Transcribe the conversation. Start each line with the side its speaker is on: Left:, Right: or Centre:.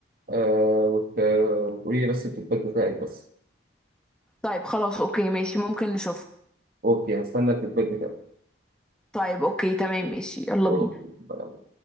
Right: آه وت- وتقولي لي بس الفيدباك بتاعك بس
Centre: طيب خلاص اوكي ماشي ممكن نشوفها
Right: اوكي هستنى الفيدباك بتاعك
Centre: طيب اوكي تمام ماشي يلا
Right: اوكي
Centre: بينا